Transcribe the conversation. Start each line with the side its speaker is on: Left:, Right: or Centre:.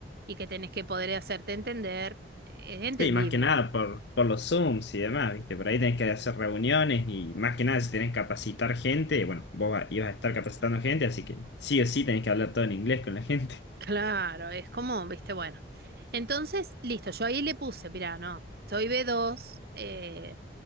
Right: y que tenés que poder hacerte entender. Es entendible.
Left: Sí, más que nada por, por los Zooms y demás, ¿viste? Por ahí tenés que hacer reuniones y más que nada si tenés que capacitar gente, bueno, vos va- ibas a estar capacitando gente, así que sí o sí tenés que hablar todo en inglés con la gente. <laughs>
Right: Claro, es como, viste, bueno. Entonces, listo, yo ahí le puse, mirá, no, soy b dos, eh,